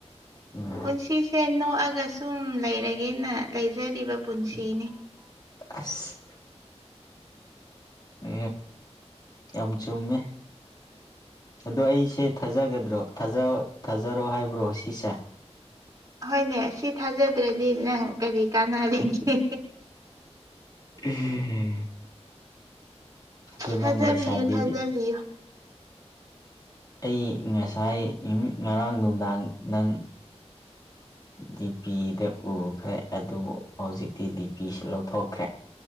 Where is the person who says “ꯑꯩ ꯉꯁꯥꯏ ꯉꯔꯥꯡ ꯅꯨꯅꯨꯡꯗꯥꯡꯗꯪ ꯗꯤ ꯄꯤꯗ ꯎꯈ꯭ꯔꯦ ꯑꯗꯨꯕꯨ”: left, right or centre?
Left